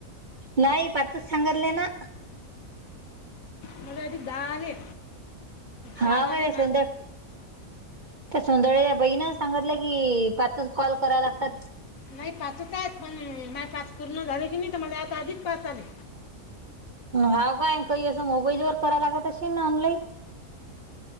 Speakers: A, on the right; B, on the left.
A: नाहीय पात सागरना
B: म्हजे अधिक दहाले
A: हाव
B: चार
A: काय
B: आले
A: सुंदर त्या सोंदळेच्या बहीण सांगितलं की पाचच कॉल कराव लागतात
B: नाही पाचच आहेत पण माझ पास पूर्ण झाले की नाही तर मला आता आधीच पास आले
A: हाव काय काही असं मोबाईल व कराय लागतशे ना ऑनलाईन